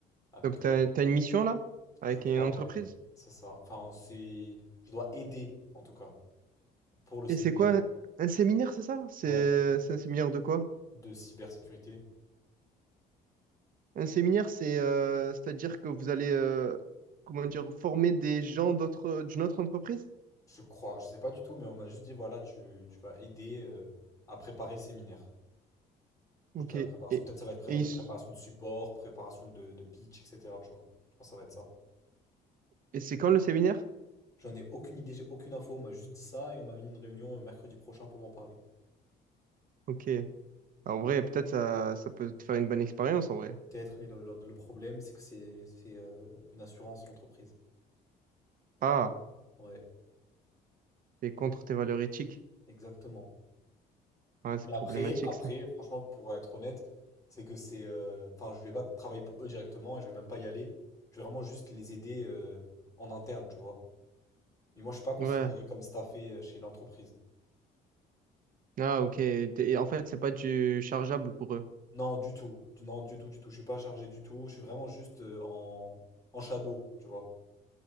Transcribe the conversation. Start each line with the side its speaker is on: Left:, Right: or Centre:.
Left: Avec
Right: Donc, t'as,
Left: eux.
Right: t'as une mission là, avec
Left: Je crois,
Right: une entreprise.
Left: ouais. C'est ça. Enfin, c'est. Je dois aider en tout cas pour le séminaire.
Right: Et c'est quoi? Un séminaire, c'est ça? C'est
Left: Ouais.
Right: c'est un séminaire de quoi?
Left: De cybersécurité.
Right: Un séminaire, c'est euh, c'est-à-dire que vous allez euh, comment dire former des gens d'autres d'une autre entreprise?
Left: Je crois. Je sais pas du tout, mais on m'a juste dit voilà, tu, tu vas aider euh, à préparer le séminaire. Juste
Right: Ok.
Left: à
Right: Et,
Left: la préparation.
Right: et,
Left: Peut-être ça va être présent
Right: ils
Left: à la
Right: s-
Left: préparation de support, préparation de, de pitch, etc. Tu vois. Je pense que ça va être ça.
Right: et c'est quand le séminaire?
Left: J'en ai aucune idée, j'ai aucune info. On m'a juste dit ça et on m'a mis une réunion euh, mercredi prochain pour m'en parler.
Right: Ok. Ah, en vrai, peut-être ça, ça peut te faire une bonne expérience en vrai.
Left: Peut-être, mais le, le- le problème, c'est que c'est c'est, euh, une assurance, l'entreprise.
Right: Ah,
Left: Ouais,
Right: c'est contre tes valeurs éthiques.
Left: exactement.
Right: Ouais, c'est
Left: Mais après,
Right: problématique
Left: après,
Right: ça.
Left: franchement, pour être honnête, c'est que c'est. euh, Enfin, je vais pas travailler pour eux directement et je vais même pas y aller. Je vais vraiment juste les aider euh, en interne, tu vois. Mais moi, je suis pas considéré
Right: Ouais.
Left: comme staffé euh, chez l'entreprise.
Right: Ah, ok. Et en fait, c'est pas du chargeable pour eux.
Left: Non, du tout. Non, du tout, du tout. Je suis pas chargé du tout. Je suis vraiment juste euh, en, en shadow, tu vois.